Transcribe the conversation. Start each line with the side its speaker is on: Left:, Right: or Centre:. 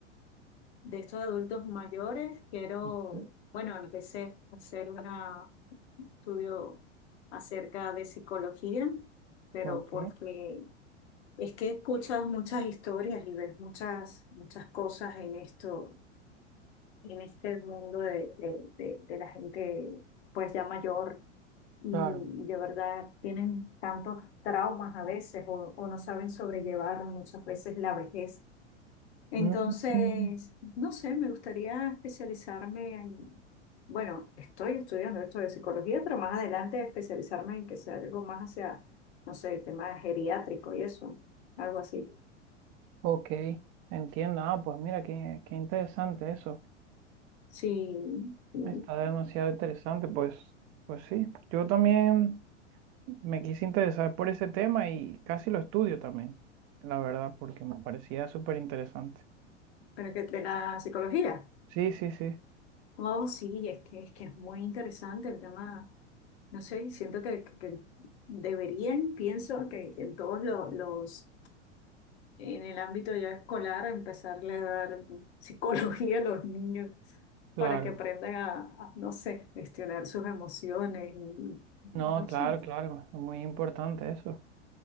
Left: de estos adultos mayores, quiero,
Right: Ujú.
Left: bueno, empecé a hacer una- un estudio acerca de psicología, pero
Right: Ok,
Left: porque es que he escuchado muchas historias y ves muchas, muchas cosas en esto, en este mundo de, de- de- de la gente pues ya mayor y
Right: claro.
Left: de verdad tienen tantos traumas a veces o, o no saben sobrellevar muchas veces la vejez entonces,
Right: Mm,
Left: no sé, me gustaría especializarme en, bueno, estoy estudiando esto de psicología, pero más adelante especializarme en que sea algo más hacia, no sé, tema geriátrico y eso, algo así.
Right: ok, entiendo. Ah, pues mira, qué, qué interesante eso.
Left: Sí, sí,
Right: Está demasiado interesante. Pues, pues sí, yo también me quise interesar por ese tema y casi lo estudio también, la verdad, porque me parecía súper interesante.
Left: pero que de la psicología.
Right: Sí, sí, sí.
Left: Oh, sí, es que, es que es muy interesante el tema, no sé, siento que, que- que deberían, pienso que en todos lo- los en el ámbito ya escolar, empezarle a dar psicología a los niños
Right: Claro,
Left: para que aprendan a, a, no sé, gestionar sus emociones, y- y
Right: no,
Left: no
Right: claro,
Left: sé,
Right: claro, es muy importante eso.